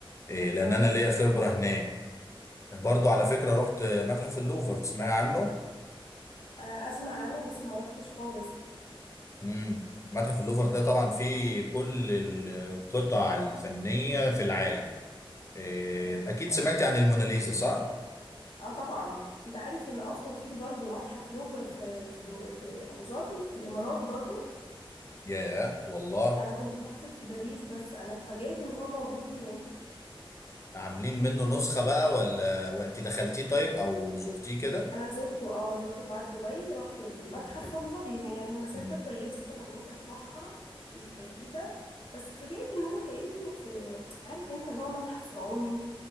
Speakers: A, on the left (about 30°); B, on the left (about 65°).
A: إيه، لان
B: طيب
A: انا ليا
B: تمام
A: خبره هناك برضو على فكره رحت متحف اللوفر تسمعي عنه
B: آه، اسمع عنه بس ما رحتش خالص
A: امم متحف اللوفر
B: طب
A: ده طبعا فيه كل القطع الفنيه في العالم إيه،
B: ايه ده
A: اكيد
B: بجد
A: سمعتي عن الموناليزا صح
B: اه طبعا انت عارف ان اصلا في برضو متحف لوفر في في دو... في ابو ظبي في الامارات برضو
A: ياه والله
B: انا كنت بحسب في باريس بس انا اتفاجئت ان هو موجود هناك
A: عاملين منه نسخة بقى ولا وانت دخلتيه طيب او زرتيه كده
B: انا زرته اه زرته بعد دبي رحت المتحف في ابو ظبي هي يعني المسافه
A: مم.
B: كويسه ان انت تروحها مش بعيده بس اتفاجئت ان انا كاني في عارف انت اللي هو متحف فرعوني